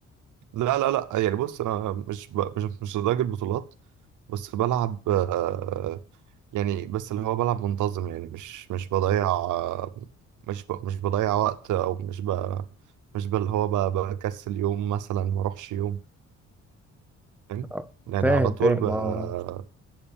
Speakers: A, on the right (about 80°); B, in the centre.
A: لا لا لا يعني بص انا مش ب... مش مش لدرجة بطولات بس بلعب آه، يعني بس اللي هو بلعب منتظم يعني مش مش بضيع آه، مش ب... مش بضيع وقت او مش ب... مش بقى اللي هو ب... بكسل يوم مثلا ما اروحش يوم فاهم؟
B: آه،
A: يعني
B: فاهم
A: على طول
B: فاهم
A: بقى
B: اه